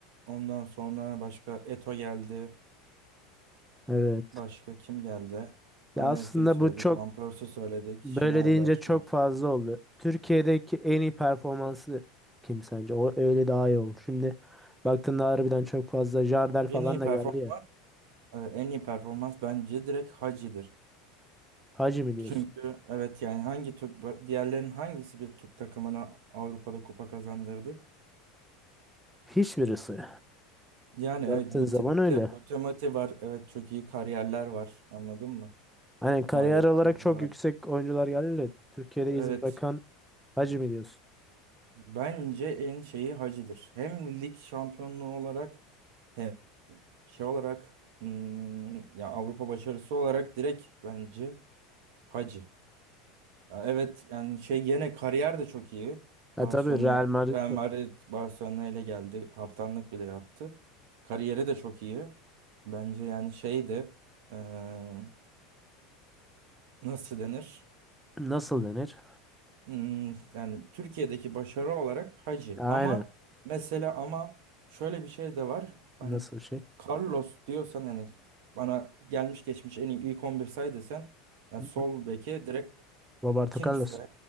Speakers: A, on the right; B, in the centre.
A: Ondan sonra başka Eto geldi.
B: Evet.
A: Başka kim geldi? Anelka'yı
B: Ya aslında
A: söyledik.
B: bu çok
A: Van Persie'i söyledik.
B: Böyle
A: Schneider
B: deyince çok
A: var.
B: fazla oldu. Türkiye'deki en iyi performansı kim sence? O öyle daha iyi olur. Şimdi baktığında harbiden çok fazla Jardel falan
A: En iyi
B: da
A: performans,
B: geldi ya.
A: e, en iyi performans bence direkt Hacı'dır.
B: Hacı mi diyorsun?
A: Çünkü evet yani hangi Türk diğerlerin hangisi bir Türk takımına Avrupa'da kupa kazandırdı?
B: Hiçbirisi.
A: Yani
B: Baktığın
A: evet Guti,
B: zaman
A: Muti-
B: öyle.
A: Guti Muti var. Evet çok iyi kariyerler var. Anladın mı?
B: Hani kariyer
A: Mario
B: olarak
A: Gomez
B: çok
A: var.
B: yüksek oyuncular geldi de Türkiye'de
A: Evet.
B: iz bırakan Hacı mi diyorsun?
A: Bence en şeyi Hacı'dır. Hem lig şampiyonluğu olarak hem şey olarak hmm, ya Avrupa başarısı olarak direkt bence Hacı. Ya evet yani şey yine kariyer de çok iyi.
B: Ha
A: Barcelona,
B: tabii Real Madrid
A: Real Madrid Barcelona ile geldi. Kaptanlık bile yaptı. Kariyeri de çok iyi. Bence yani şeydi eee, nasıl denir?
B: nasıl denir?
A: Hmm, yani Türkiye'deki başarı olarak Hacı.
B: Aynen.
A: Ama mesela ama şöyle bir şey de var. Hani
B: Nasıl şey?
A: Carlos diyorsan hani bana gelmiş geçmiş en iyi ilk 11 say desen yani
B: Hı
A: sol
B: hı.
A: beke direkt
B: Roberto
A: kimse
B: Carlos.